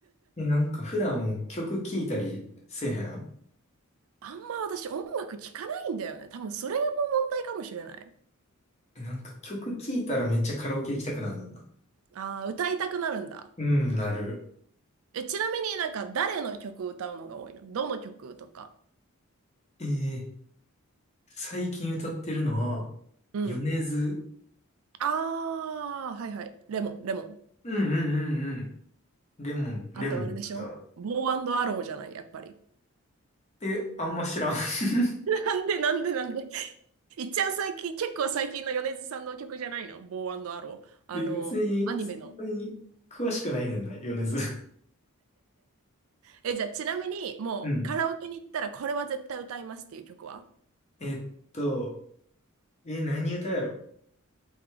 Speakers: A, on the left; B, on the right.
A: え、なんか普段曲聴いたりせえへん
B: あんま私音楽聴かないんだよね。多分それも問題かもしれない。
A: え、なんか曲聴いたらめっちゃカラオケ行きたくなんだんな。
B: ああ、歌いたくなるんだ。
A: うん、なる。
B: え、ちなみになんか誰の曲を歌うのが多いのどの曲とか。
A: えー、最近歌ってるのは、
B: うん。
A: 米津。
B: ああ、はいはい。レモン、レモン。
A: うんうんうんうん。レモン、レモンの歌。
B: あとあれでしょボーアローじゃない、やっぱり。
A: え、あんま知らん。<laughs>
B: <laughs> なんでなんでなんで。いっちゃん最近、結構最近の米津さんの曲じゃないのボーアロー。あの、
A: え、別に、
B: アニメの。
A: そんなに詳しくないねんな、米津。
B: え、じゃあちなみに、もうカラオケに行ったらこれは絶対歌いますっていう曲は
A: うん。<laughs> えっと、え、何歌やろ